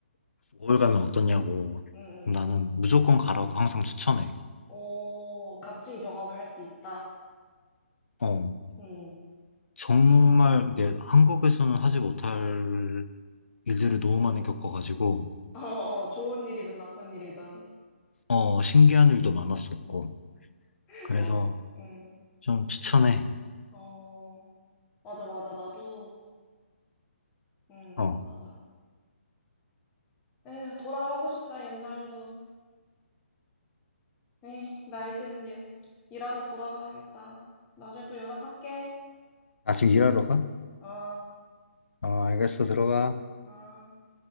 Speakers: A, on the left; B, on the left.
A: 월 가면 어떠냐고.
B: 응, 응.
A: 나는 무조건 가라고 항상 추천해.
B: 오, 값진 경험을 할 수 있다.
A: 어,
B: 응,
A: 정말 이게 한국에서는 하지 못할 일들을 너무
B: 응.
A: 많이 겪어가지고,
B: 어, 어, 좋은 일이든 나쁜 일이든.
A: 어, 신기한 일도 많았었고,
B: <laughs>
A: 그래서
B: 어, 응.
A: 좀 추천해.
B: 어, 맞아, 맞아. 나도, 응,
A: 어.
B: 맞아. 에, 돌아가고 싶다, 옛날로. 에, 나 이제 이제 일하러 돌아가야겠다. 나중에 또 연락할게.
A: 나 지금 일하러 가?
B: 어,
A: 어, 알겠어. 들어가.
B: 어.